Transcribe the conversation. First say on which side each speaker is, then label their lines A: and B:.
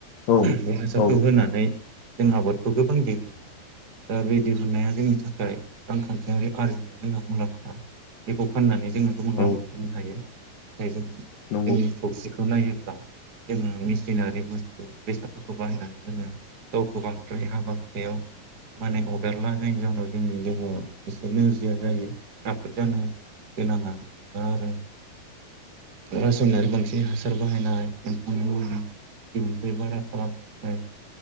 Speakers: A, on the left (about 65°); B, on the right (about 35°).
A: औ
B: बे हासारखौ
A: औ
B: होनानै जों आबादखौ गोबां दिहुनो दा बे दिहुननाया जोंनि थाखाय रांखान्थियारि आरिजिनायाव जोंहा मुलाम्फा बेखौ फाननानै जोंङो गोबां रां
A: औ
B: बुथुमनो हायो नाथाय जों जोंनि
A: नंगौ
B: थौसिखौ नायोब्ला जोंङो। सिनारि बुस्थु बेसादफोरखौ बाहायनानै जोंङो गावखौ बांद्राय हाबा हुखायाव माने हगारला जायनि जाहोनाव जोंनि देहाया एसे नोरजिया जायो राफोद जानो गोनांङा दा आरो रासायनारि बांसिन हासार बाहायनाय एम्फौनि मुलि दिहुनथाइ बारा खालामनो थाखाय